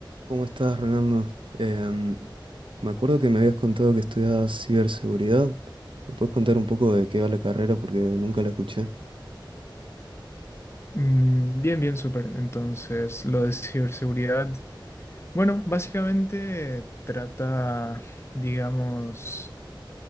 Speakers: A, on the right; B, on the left.
A: ¿Cómo estás, Rolando? Em, me acuerdo que me habías contado que estudiabas ciberseguridad. ¿Me puedes contar un poco de qué va la carrera? Porque nunca la escuché.
B: Mm, Bien, bien, súper. Entonces, lo de ciberseguridad, bueno, básicamente trata, digamos,